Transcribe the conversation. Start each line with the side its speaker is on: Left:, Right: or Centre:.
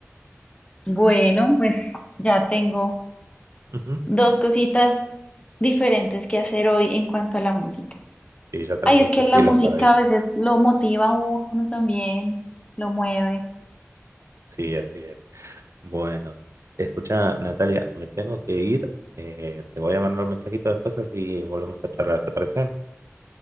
Left: Bueno, pues ya tengo
Right: Ujú.
Left: dos cositas diferentes que hacer hoy en cuanto a la música.
Right: Sí, ya tenés
Left: Ay,
Right: dos
Left: es que
Right: estilos
Left: la música
Right: para ir.
Left: a veces lo motiva a uno también, lo mueve.
Right: Sí, así es. Bueno, escucha, Natalia, me tengo que ir. Eh, te voy a mandar un mensajito después así volvemos a charlar te parece